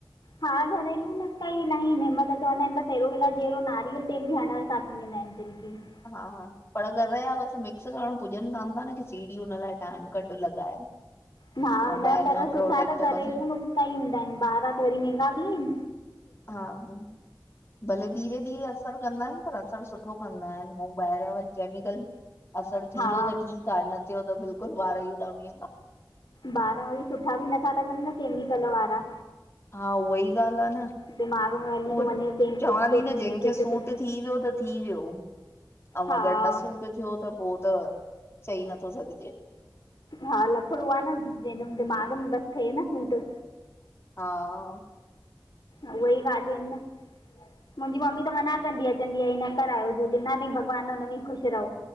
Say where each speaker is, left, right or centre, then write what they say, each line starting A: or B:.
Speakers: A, on the left; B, on the left.
A: हा घरेलू नुस्का ई इलाही आहिन। मतलब चवंदा आहिन बस एलोवेरा जहिड़ो नारियल तेल बि हणन सां थी वेंदा आहिन। <unintelligible>
B: हा हा पर घर जा बस मिक्स करण पुॼन कोन था न, की सीड़ी हुन लाए टाइम कड लॻाए।
A: हा!
B: ऐं
A: न,
B: ॿाहिरियां
A: पर सुठा
B: प्रोडक्ट
A: त घरेलू
B: बस
A: नुस्का ई हूंदा आहिन। ॿाराँ त वरी महंगा बि आइन।
B: हा! हुं भले धीरे, धीरे असर कंदा आहिन। पर असर सुठो कंदा आहिन। ऐं ॿाहरियां वरी केमिकल असर थी
A: हा
B: वियो त ठीक आ न थियो त बिल्कुल वार ई उॾामी वेंदा
A: वार वरी सुठा भी नथा लॻन न केमिकल वारा।
B: हा! उहा ई ॻाल आहे न।
A: दिमाग़ में हली
B: उह,
A: थो वञे कंहिं
B: चवांं
A: कुझु थो
B: थी न।
A: वञे
B: जंहिंखे
A: कंहिंखे
B: सूट
A: कुझु
B: थी वियो त थी वियो। अऊं
A: हा
B: अगर न सूट थियो त पो त चई नथो सघजे।
A: हा लफड़ो आ न। जंहिंजो दिमाग़ में बस थिए न सूट।
B: हा! !
A: उहे ई ॻालयूँ आहिन न। मुंहिंजी मम्मी त मना कंदी आ चवंदी आ इहे न करायो, जो ॾिना थईं भॻवान हुन में ई ख़ुश रओ